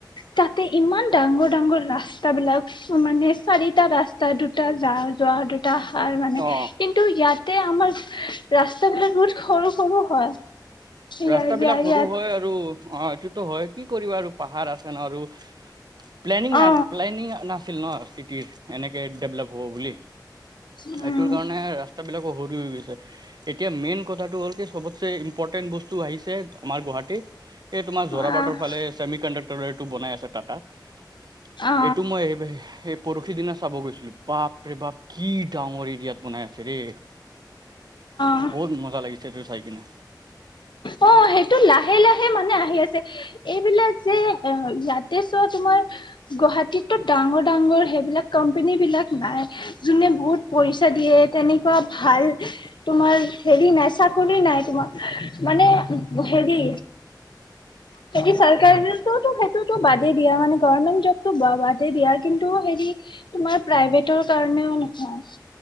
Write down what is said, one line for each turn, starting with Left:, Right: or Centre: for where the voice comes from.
Left: তাতে ইমান ডাঙৰ-ডাঙৰ ৰাস্তা বিলাক মানে চাৰিটা ৰাস্তা দুটা যা যোৱাৰ দু এ স মানে
Right: অ
Left: কিন্তু ইয়াতে আমাৰ ৰাস্তা বিলাক বহুত সৰু-সৰু হয়। ইয়া
Right: ৰাস্তা
Left: ইয়া
Right: বিলাক সৰু
Left: ইয়াত
Right: হয় আৰু, অ' এইটো টো হয় কি কৰিবা আৰু পাহাৰ আছে ন আৰু, প্লেনিং
Left: অ
Right: প্লেনিং নাছিল ন চিটিৰ এনেকে ডেভলপ হ'ব বুলি
Left: উম
Right: এইটোৰ কাৰণে ৰাস্তা বিলাকো বহুত হৈ গৈছে এতিয়া এতিয়া মেইন কথাটো হ'ল কি চবতচে ইনপটেন এইটো আহিছে আমাৰ গুৱাহাটীত এই তোমাৰ জোৰা
Left: আহ
Right: বাৰ্ৰ ফালে চমি কণ্ডাক্ ৰে টো বনাই আছে টাটাত
Left: অ
Right: এইটো মই পৰহি দিনা চাব গৈছিলো বাপ ৰে বাপ কি ডাঙৰ এৰিয়াত বনাই আছে
Left: অ
Right: বহুত মজা লাগিছে এইটো চাই কিনে
Left: অ সেইটো লাহে লাহে মানে আহি আছে এইবিলাক যে ইয়াতে চোৱা তোমাৰ গুৱাহাটীতো ডাঙৰ ডাঙৰ সেইবিলাক কোম্পনী বিলাক নাই যোনে বহুত পইচা দিয়ে তেনেকুৱা ভাল তোমাৰ হেৰি নাই চাকৰি নাই তোমাৰ মানে হেৰি চৰকাৰো সেইটো বাদেই দিয়া মানে গমেন্ট জবটো বাদেই দিয়া কিন্তু হেৰি তোমাৰ প্ৰাইভেটৰ কাৰণেও নহয়